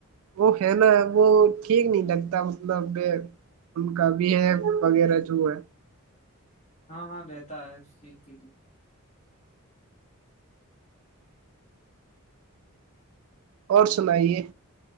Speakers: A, on the right; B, on the left.
A: وہ ہے نا وہ ٹھیک نہیں لگتا مطلب ان کا بھی ہے وغیرہ جو ہے
B: ہاں ہاں رہتا ہے صحیح کے لیے
A: اور سنائیے